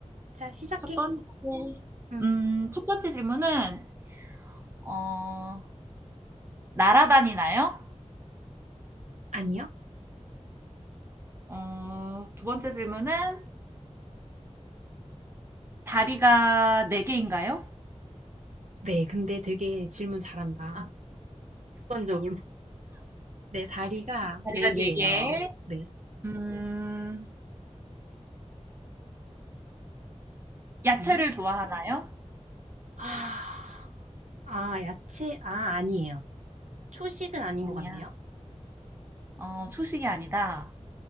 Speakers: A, on the right; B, on the right.
A: 자, 시작해.
B: 첫 번째,
A: 응.
B: 음, 첫 번째 질문은, 어, 날아다니나요?
A: 아니요?
B: 어, 두 번째 질문은 다리가 네개인가요
A: 네, 근데 되게 질문 잘한다. 습관적으로. <laughs> 네, 다리가
B: 다리가
A: 네 개예요.
B: 네개
A: 네.
B: 음, 야채를
A: 응?
B: 좋아하나요?
A: 아, 아, 야채? 아, 아니에요. 초식은 아닌
B: 아니야.
A: 것 같네요.
B: 어, 초식이 아니다.